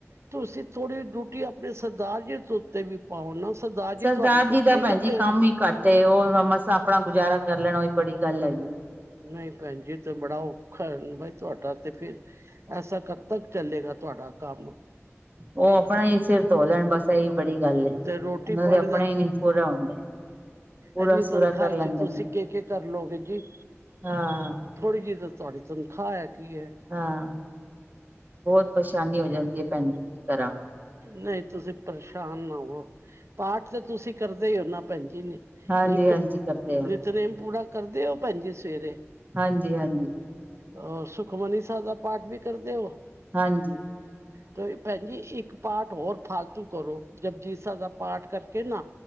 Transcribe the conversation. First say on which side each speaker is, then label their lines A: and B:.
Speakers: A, on the right; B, on the right.
A: ਤੁਸੀਂ ਥੋੜੀ ਡਿਉਟੀ ਆਪਣੇ ਸਰਦਾਰ ਜੀ ਤੇ ਵੀ ਪਾਓ ਨਾ ਸਰਦਾਾਰ
B: ਸਰਦਾਰ
A: ਜੀ ਤੁਹਾਡੇ ਕੁਛ
B: ਦਾ
A: ਨੀ
B: ਭੈਣ
A: ਕਰਦੇ?
B: ਜੀ ਕੰਮ ਹੀ ਘੱਟ ਏ ਓ ਮਸਾਂ ਆਪਣਾ ਗੁਜ਼ਾਰਾ ਕਰ ਲੈਣ ਓਈ ਬੜੀ ਗੱਲ ਹੈਗੀ ਏ।
A: ਨਈ ਭੈਣ ਜੀ ਤੇ ਬੜਾ ਔਖਾ ਐ ਬਈ ਤੁਆਡਾ ਤੇ ਫਿਰ ਐਸਾ ਕਦ ਤੱਕ ਚੱਲੇਗਾ ਤੁਆਡਾ ਕੰਮ?
B: ਓ ਆਪਣਾ ਹੀ ਸਿਰ ਧੋ ਲੈਣ ਬਸ ਏ ਈ ਬੜੀ ਗੱਲ ਏ
A: ਤੇ ਰੋਟੀ
B: ਓਨਾਂ
A: ਪਾਣੀ
B: ਦੇ ਆਪਣੇ ਈ ਨਈ ਪੂਰਾ ਹੁੰਦੇ। ਪੂਰਾ
A: ਏਨੀ
B: ਸੂਰਾ
A: ਤਨਖਾਹ
B: ਕਰ ਲੈਂਦੇ
A: ਚ ਤੁਸੀਂ
B: ਨੇ
A: ਕੇ, ਕੇ ਕਰਲੋਗੋ ਜੀ?
B: ਹਾਂ।
A: ਥੋੜ੍ਹੀ ਜੀ ਤੇ ਤੁਆਡੀ ਤਨਖਾਹ ਹੈਗੀ ਐ।
B: ਹਾਂ, ਬੌਤ ਪਰੇਸ਼ਾਨੀ ਹੋ ਜਾਂਦੀ ਐ ਭੈਣ ਜੀ, ਕੀ ਕਰਾਂ?
A: ਨਈ ਤੁਸੀਂ ਪਰੇਸ਼ਾਨ ਨਾ ਹੋਵੋ, ਪਾਠ ਤੇ ਤੁਸੀਂ ਕਰਦੇ ਈ ਔ ਨਾ ਭੈਣਜੀ ਨੇ
B: ਹਾਂਜੀ
A: ਇੱਕ
B: ਹਾਂਜੀ ਕਰਦੇ ਆ
A: ਨਿਤਨੇਮ ਪੂਰਾ ਕਰਦੇ ਓ ਭੈਣ ਜੀ ਸਵੇਰੇ?
B: ਹਾਂਜੀ-ਹਾਂਜੀ।
A: ਓ ਸੁਖਮਨੀ ਸਾਬ ਦਾ ਪਾਠ ਵੀ ਕਰਦੇ ਔ?
B: ਹਾਂਜੀ।
A: ਤੋ ਭੈਣਜੀ ਇੱਕ ਇੱਕ ਪਾਠ ਹੋਰ ਫਾਲਤੂ ਕਰੋ ਜਬਜੀ ਸਾਬ ਦਾ ਪਾਠ ਕਰਕੇ ਨਾ